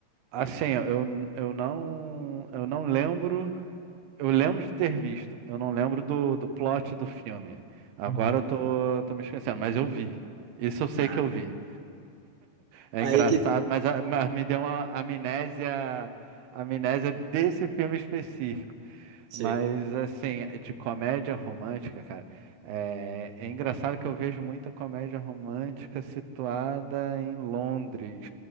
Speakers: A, on the right; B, on the right.
A: assim, eu, eu não, eu não lembro Eu lembro de ter visto, eu não lembro do, do plot do filme. Agora
B: Uhum.
A: eu tô, tô me esquecendo, mas eu vi. Isso eu sei
B: Ah,
A: que eu vi. É
B: aí
A: engraçado,
B: que...
A: mas, a- mas me deu uma amnésia, amnésia desse filme específico.
B: Sim.
A: Mas assim, de comédia romântica, cara, é, é engraçado que eu vejo muita comédia romântica situada em Londres.